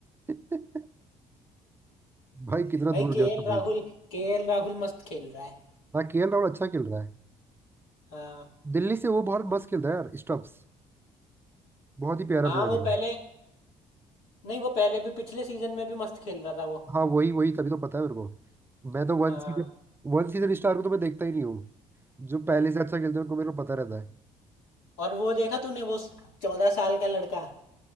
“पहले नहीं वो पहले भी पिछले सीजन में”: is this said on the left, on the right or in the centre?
Left